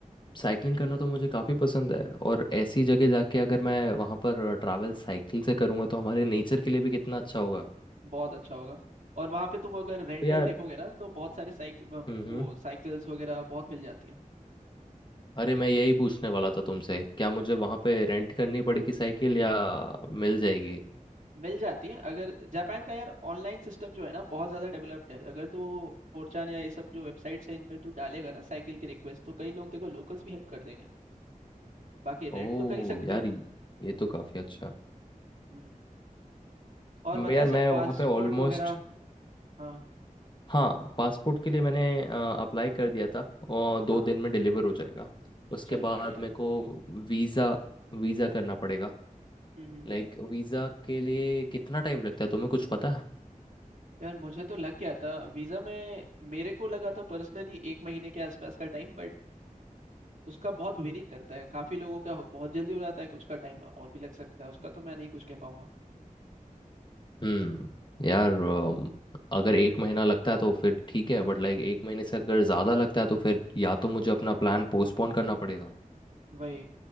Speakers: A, on the left; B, on the right.
A: साइकिलिंग करना तो मुझे काफ़ी पसंद है और ऐसी जगह जाके अगर मैं वहाँ पर ट्रैवल साइकिल से करूँगा तो हमारे नेचर के लिए भी कितना अच्छा होगा
B: बहुत अच्छा होगा और वहाँ पे तुम अगर रेंटल
A: तो यार
B: देखोगे ना तो बहुत सारे साइकिल
A: हम्म हम्म
B: वो साइकिल्स वगैरह बहुत मिल जाती हैं
A: अरे मैं यही पूछने वाला था तुमसे क्या मुझे वहाँ पे रेंट करनी पड़ेगी साइकिल या मिल जाएगी
B: मिल जाती है अगर जापान का यार ऑनलाइन सिस्टम जो है ना बहुत ज़्यादा डेवलप्ड है अगर तू फोरचान या ये सब जो वेबसाइट्स हैं इन पर तू डालेगा ना साइकिल की रिक्वेस्ट तो कई लोग देखो लोकल्स भी हेल्प कर देंगे बाकी
A: ओह
B: रेंट तो कर ही सकते
A: यार
B: हो
A: ये तो काफ़ी अच्छा
B: हम्म और
A: मैं
B: बता
A: यार
B: सब
A: मैं
B: पासपोर्ट
A: वहाँ पे ऑलमोस्ट
B: वगैरह हाँ
A: हाँ पासपोर्ट के लिए मैंने अप्लाई कर दिया था और दो
B: हाँ
A: दिन में डिलीवर हो जाएगा उसके
B: चलो
A: बाद
B: बढ़िया
A: मेरे
B: है
A: को वीज़ा वीज़ा करना पड़ेगा
B: हम्म हम्म हम्म।
A: लाइक वीज़ा के लिए कितना टाइम लगता है तुम्हें कुछ पता है
B: यार मुझे तो लग गया था वीज़ा में मेरे को लगा था पर्सनली एक महीने के आसपास का टाइम बट उसका बहुत वेरी करता है काफी लोगों का हो- बहुत जल्दी हो जाता है कुछ का टाइम और भी लग सकता है उसका तो मैं नहीं कुछ कह पाऊंगा
A: हम्म यार अम, अगर एक महीना लगता है तो फिर ठीक है बट लाइक एक महीने से अगर ज़्यादा लगता है तो फिर या तो मुझे अपना प्लान पोस्टपोन करना पड़ेगा
B: वही